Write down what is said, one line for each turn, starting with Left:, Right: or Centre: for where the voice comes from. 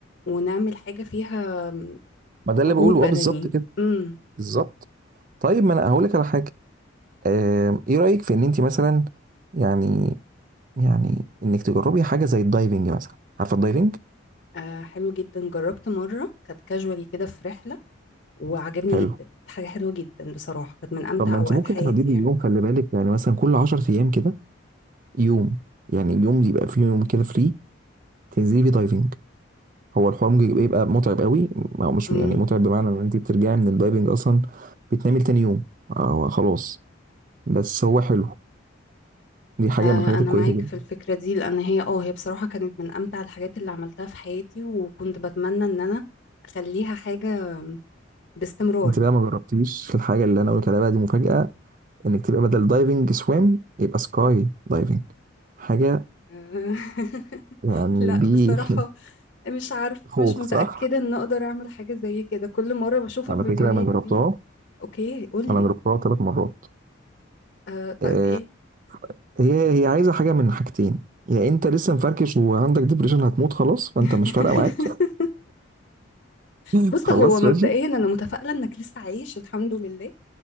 Left: ونعمل حاجة فيها م،
Right: ما ده اللي
Left: مجهود
Right: بقوله
Left: بدني
Right: اه بالظبط كده
Left: امم
Right: بالظبط طيب ما انا هقول لك على حاجه آه ايه رايك في ان انت مثلا يعني يعني انك تجربي حاجه زي الدايفنج مثلا عارفه الدايفنج
Left: آه، حلو جدا جربت مرة كانت كاجوالي كده في رحلة وعجبني
Right: حلو
Left: جدا كانت حاجة حلوة جدا بصراحة كانت من أمتع
Right: طب ما انت
Left: أوقات
Right: ممكن
Left: حياتي
Right: تحددي
Left: يعني
Right: يوم خلي بالك يعني مثلا كل 10 ايام كده يوم يعني يوم يبقى فيه يوم كده فري تنزلي فيه دايفنج هو الحوار ممكن يبقى يبقى متعب قوي او مش
Left: امم
Right: يعني متعب بمعنى ان انت بترجعي من الدايفنج اصلا بتنامي تاني يوم أو خلاص بس هو حلو دي حاجه
Left: آه
Right: من الحاجات
Left: أنا
Right: الكويسه
Left: معاك
Right: جدا
Left: في الفكرة دي لأن هي اه هي بصراحة كانت من أمتع الحاجات اللي عملتها في حياتي وكنت بتمنى إن أنا أخليها حاجة باستمرار
Right: انت بقى ما جربتيش الحاجه اللي انا قلت عليها بقى دي مفاجاه انك تبقى بدل دايفنج سويم يبقى سكاي دايفنج حاجه
Left: آه، <laughs>
Right: يعني
Left: لا
Right: دي
Left: بصراحة
Right: <laughs>
Left: مش عارف
Right: خوخ
Left: مش متأكدة
Right: صح
Left: إن أقدر أعمل حاجة زي كده كل مرة بشوف
Right: على
Left: الفيديوهات
Right: فكرة أنا جربتها
Left: دي أوكي قولي
Right: أنا جربتها ثلاث مرات
Left: آه طيب
Right: آه،
Left: إيه
Right: هي هي عايزة حاجة من حاجتين يا أنت لسه مفركش وعندك ديبريشن هتموت خلاص فأنت
Left: <laughs>
Right: مش فارقة معاك <laughs>
Left: بص
Right: خلاص
Left: هو مبدئيا
Right: ماشي
Left: أنا متفائلة إنك لسه عايش الحمد لله